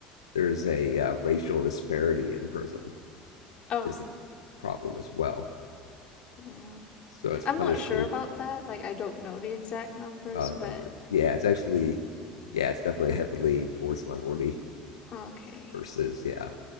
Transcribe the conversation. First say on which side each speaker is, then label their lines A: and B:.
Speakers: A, on the left (about 85°); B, on the left (about 45°).
A: there's a uh, racial disparity in prison
B: oh
A: is the problem as well.
B: yeah
A: So it's Oh,
B: i'm
A: punishing
B: not sure about that like i don't know the exact numbers
A: Oh, the
B: but
A: number. Yeah, it's actually, yeah, it's definitely heavily towards minority
B: okay
A: versus, yeah,